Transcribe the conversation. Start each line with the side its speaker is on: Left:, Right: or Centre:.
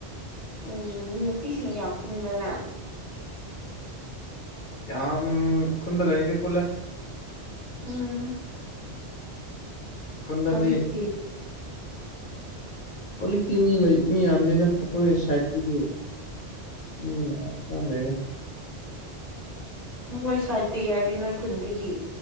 Right: ꯎꯝ ꯅꯨꯄꯤꯁꯤꯡ ꯌꯥꯝ ꯄꯨꯟꯕ꯭ꯔꯥ ꯅꯪ
Left: ꯌꯥꯝ ꯈꯨꯟꯗ ꯂꯩꯏꯔꯗꯤ ꯄꯨꯂꯦ
Right: ꯎꯝ
Left: ꯈꯨꯟꯗꯗꯤ
Right: ꯍꯧꯖꯤꯛꯇꯤ
Left: ꯍꯧꯖꯤꯛꯇꯤ ꯃꯤ ꯂꯩ ꯃꯤ ꯌꯥꯝꯗꯦꯗ ꯑꯩꯈꯣꯏ ꯁꯥꯏꯠ <unintelligible> ꯎꯝ <unintelligible> ꯐꯂꯦ <unintelligible>
Right: ꯅꯈꯣꯏ ꯁꯥꯏꯗꯇꯒꯤ ꯍꯥꯏꯕꯗꯤ ꯅꯣꯏ ꯈꯨꯟꯗꯒꯤ